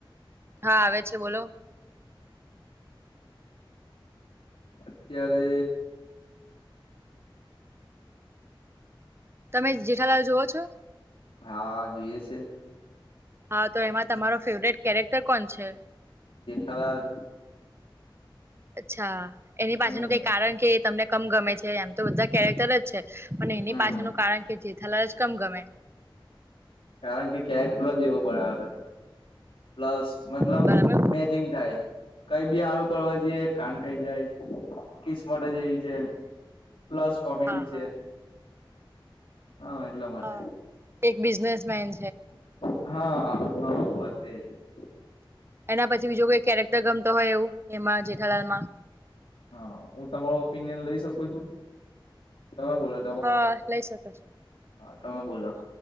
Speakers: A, on the right; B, on the left.
A: હા આવે છે, બોલો
B: અત્યારે
A: તમે જેઠાલાલ જોઓ છો?
B: હા જોઈએ છે.
A: હા તો એમાં તમારો ફેવરેટ કેરેક્ટર કોણ છે.
B: જેઠાલાલ.
A: અચ્છા એની પાછળનું
B: હમ
A: કઈ કારણ કે તમને કમ ગમે છે, એમ તો બધા કેરેક્ટર જ છે, પણ એની
B: હમ
A: પાછળનું કારણ કે જેથાાલલ જ કમ ગમે
B: કારણ કે ક્યાંક થલો જેવો પણ આવે છે. પ્લસ મતલબ
A: બરાબર
B: મેચિંગ થાય કઈ બી આળું કરવા જઈએ કાન થઇ જાય કિસમટ જ એવી છે, પ્લસ કોમેડી
A: હા
B: છે.
A: હા
B: હા. એટલા માટે
A: હા એક બિઝનેસમેંન
B: હા હા બસ એ જ
A: એના પછી બીજો કોઈ કેરેક્ટર ગમતો હોય એવું એમાં જેઠાલાલમા
B: હા હું તમારો ઓપિનિયન લઈ શકું છું? તમે બોલા
A: હ લઈ શકો છો
B: તમે બોલો
A: અ